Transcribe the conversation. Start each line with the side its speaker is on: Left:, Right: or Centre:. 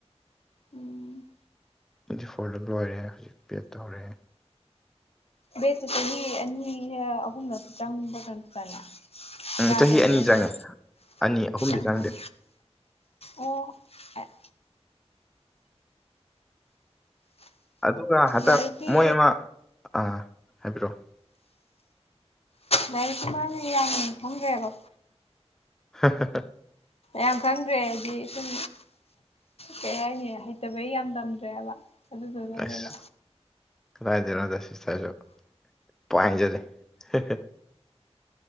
Left: ꯎꯝ
Centre: ꯇ꯭ꯋꯦꯟꯇꯤ ꯐꯣꯔꯗ ꯂꯣꯏꯔꯦ ꯍꯧꯖꯤꯛ ꯕꯦꯠ ꯇꯧꯔꯦ
Left: ꯕꯦꯠꯇꯤ ꯆꯍꯤ ꯑꯅꯤꯔ ꯑꯍꯨꯝꯂ ꯆꯪꯕ꯭ꯔꯥ ꯀꯩꯅꯣꯝ ꯇꯧꯗꯥꯏꯅꯦ
Centre: ꯎꯝ
Left: ꯀꯌꯥ
Centre: ꯆꯍꯤ
Left: ꯆꯪꯒꯦ
Centre: ꯑꯅꯤ
Left: ꯅꯪꯒꯤ
Centre: ꯆꯪꯉꯦ ꯑꯅꯤ ꯑꯍꯨꯝꯗꯤ
Left: ꯎꯝ
Centre: ꯆꯪꯗꯦ
Left: ꯑꯣ ꯑꯩ
Centre: ꯑꯗꯨꯒ ꯍꯟꯗꯛ
Left: ꯂꯥꯏꯔꯤꯛꯀꯤ
Centre: ꯃꯣꯏ ꯑꯃ ꯑ ꯍꯥꯏꯕꯤꯔꯛꯑꯣ
Left: ꯂꯥꯏꯔꯤꯛꯀꯤ ꯃꯔꯝꯗ ꯌꯥꯝ ꯈꯪꯗ꯭ꯔꯦꯕ
Centre: ꯍ ꯍ ꯍ
Left: ꯌꯥꯝ ꯈꯪꯗ꯭ꯔꯦ ꯍꯥꯏꯗꯤ ꯁꯨꯝ ꯀꯩ ꯍꯥꯏꯅꯤ ꯍꯩꯇꯕꯩ ꯌꯥꯝ ꯇꯝꯗ꯭ꯔꯦꯕ ꯑꯗꯨꯗꯨꯅꯅꯦꯕ
Centre: ꯑꯁ ꯀꯗꯥꯏꯗꯩꯅꯣꯗ ꯁꯤꯁꯇꯔꯖꯨ ꯄꯨꯍꯥꯏ ꯍꯥꯏꯖꯤꯜꯂꯦ ꯍꯦ ꯍꯦ